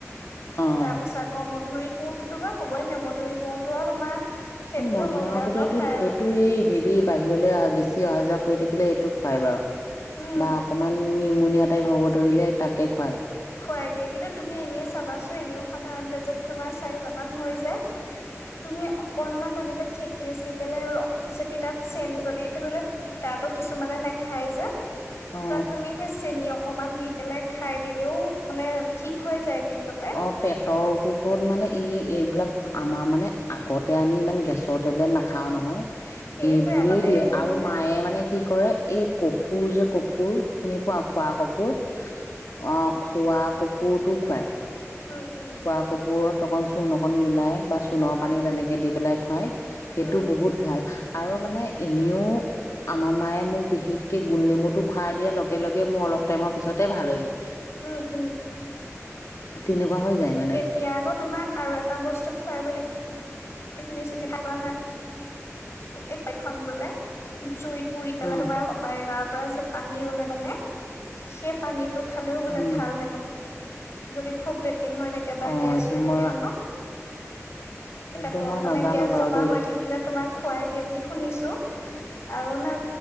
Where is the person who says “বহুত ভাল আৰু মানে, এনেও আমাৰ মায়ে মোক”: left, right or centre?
Left